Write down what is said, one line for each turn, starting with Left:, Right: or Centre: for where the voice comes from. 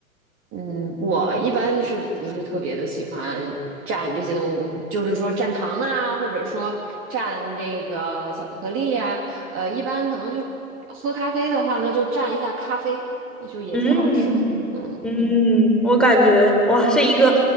Right: 嗯，我一般是不是特别的喜欢蘸这些东西，就是说蘸糖啊，或者说蘸这个巧克力啊。呃，一般可能就喝咖啡的话呢，就蘸一下咖啡。那就也挺好吃的。
Centre: 嗯。
Right: 嗯，
Centre: 嗯，我感觉哇，是一个